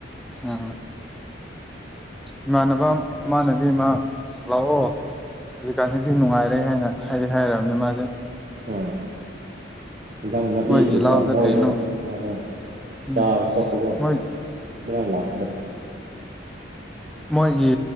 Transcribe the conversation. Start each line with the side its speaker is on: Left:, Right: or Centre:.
Centre: ꯑ ꯏꯃꯥꯟꯅꯕ ꯃꯥꯅꯗꯤ ꯃꯥ ꯂꯥꯛꯑꯣ ꯍꯧꯖꯤꯛꯀꯥꯟꯁꯤꯗꯤ ꯅꯨꯡꯉꯥꯏꯔꯦ ꯍꯥꯏꯅ ꯍꯥꯏꯗꯤ ꯍꯥꯏꯑꯔꯕꯅꯦ ꯃꯥꯁꯦ
Right: ꯍꯣꯏ ꯑꯦꯟꯖꯥꯡ ꯅꯥꯄꯤꯈ꯭ꯔꯤꯕ꯭ꯔꯥ
Centre: ꯃꯣꯏꯒꯤ ꯂꯥꯎꯗ
Right: ꯃꯣꯏꯗꯣ
Centre: ꯀꯩꯅꯣ
Right: ꯍꯣꯏ ꯍꯣꯏ
Centre: ꯎꯝ
Right: ꯆꯥꯕ ꯈꯣꯠꯄꯒ
Centre: ꯃꯣꯏ
Right: ꯑꯗꯨꯃꯥꯏꯅ ꯂꯥꯛꯀꯗꯕ
Centre: ꯎ ꯃꯣꯏꯒꯤ